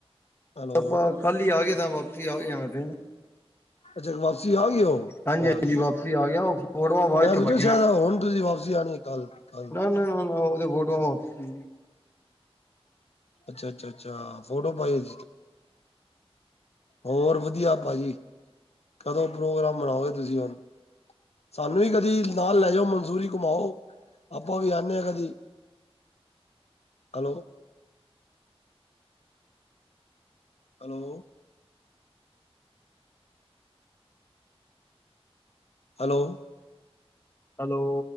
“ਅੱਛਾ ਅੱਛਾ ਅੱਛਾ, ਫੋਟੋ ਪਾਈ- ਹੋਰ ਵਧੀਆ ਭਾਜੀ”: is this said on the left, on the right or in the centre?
Left